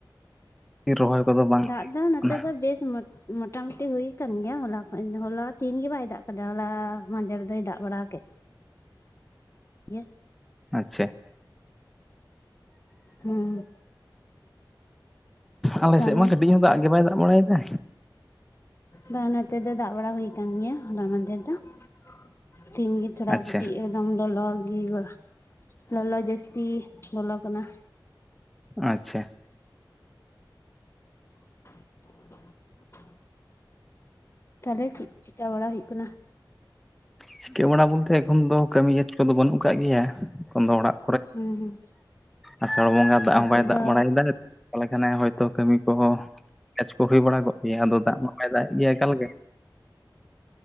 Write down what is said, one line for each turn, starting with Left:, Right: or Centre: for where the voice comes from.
Centre: ᱨᱚᱦᱚᱭ ᱠᱚᱫᱚ ᱵᱟᱝ
Left: ᱫᱟᱜ ᱫᱚ ᱱᱚᱛᱮ
Centre: ᱠᱟᱱᱟ᱾
Left: ᱫᱚ ᱵᱮᱥ ᱢᱟᱹ ᱢᱚᱴᱟ ᱢᱩᱴᱤ ᱦᱩᱭ ᱟᱠᱟᱱ ᱜᱮᱭᱟ ᱦᱚᱞᱟ ᱠᱷᱚᱡ ᱦᱚᱞᱟ ᱛᱤᱦᱤᱧ ᱜᱮ ᱵᱟᱭ ᱫᱟᱜ ᱠᱟᱫᱟ ᱦᱚᱞᱟ ᱢᱟᱱᱫᱷᱮᱨ ᱫᱚᱭ ᱫᱟᱜ ᱵᱟᱲᱟ ᱠᱮᱫ ᱜᱮ
Centre: ᱟᱪᱪᱷᱟ
Left: ᱦᱮᱸ
Centre: ᱟᱞᱮ
Left: ᱛᱟᱦᱚᱞᱮ
Centre: ᱥᱮᱫ ᱢᱟ ᱠᱟᱹᱴᱤᱡ ᱦᱚᱸ ᱫᱟᱜ ᱜᱮ ᱵᱟᱭ ᱫᱟᱜ ᱵᱟᱲᱟᱭᱮᱫᱟ᱾
Left: ᱵᱟᱝ ᱱᱚᱛᱮ ᱫᱚ ᱫᱟᱜ ᱵᱟᱲᱟ ᱦᱩᱭ ᱠᱟᱱ ᱜᱮᱭᱟ ᱦᱚᱞᱟ ᱢᱟᱦᱚᱫᱷᱮᱨ ᱫᱚ᱾ <unintelligible> ᱛᱷᱚᱲᱟ
Centre: ᱟᱪᱪᱷᱟ
Left: ᱠᱟᱹᱴᱤᱡ ᱮᱠᱫᱚᱢ ᱞᱚᱞᱚ ᱜᱮ ᱦᱩᱭᱩᱜᱼᱟ ᱞᱚᱞᱚ ᱡᱟᱹᱥᱛᱤ ᱞᱚᱞᱚ ᱠᱟᱱᱟ
Centre: ᱟᱪᱪᱷᱟ
Left: <unintelligible> ᱛᱟᱦᱚᱞᱮ ᱪᱮᱫ ᱪᱤᱠᱟᱹ ᱵᱟᱲᱟ ᱦᱩᱭᱩᱜ ᱠᱟᱱᱟ?
Centre: ᱪᱤᱠᱟᱹ ᱵᱟᱲᱟ ᱵᱚᱞᱛᱮ ᱮᱠᱷᱚᱱ ᱫᱚ ᱠᱟᱹᱢᱤ ᱡᱟᱥᱛᱤ ᱠᱚᱫᱚ ᱵᱟᱹᱱᱩᱜ ᱟᱠᱟᱟᱜ ᱜᱮᱭᱟ ᱮᱠᱷᱚᱱ ᱫᱚ ᱚᱲᱟᱜᱼᱼ
Left: ᱦᱩᱸ ᱦᱩᱸ
Centre: ᱟᱥᱟᱲ ᱵᱚᱸᱜᱟ ᱫᱟᱜ
Left: ᱛᱚ
Centre: ᱦᱚᱸ
Left: ᱟᱯᱮ
Centre: ᱵᱟᱭ ᱫᱟᱜ
Left: ᱫᱚ
Centre: ᱵᱟᱲᱟᱭᱮᱫᱟ ᱛᱟᱦᱚᱞᱮ ᱠᱷᱟᱱᱮ ᱦᱚᱭᱛᱳ ᱠᱟᱹᱢᱤ ᱠᱚ ᱪᱟᱥ ᱠᱚ ᱦᱩᱭ ᱵᱟᱲᱟ ᱠᱚᱜ ᱜᱮᱭᱟ ᱟᱫᱚ ᱫᱟᱜ ᱢᱟ ᱵᱟᱭ ᱫᱟᱜᱮᱫ ᱜᱮᱭᱟ ᱮᱠᱟᱞ ᱜᱮ᱾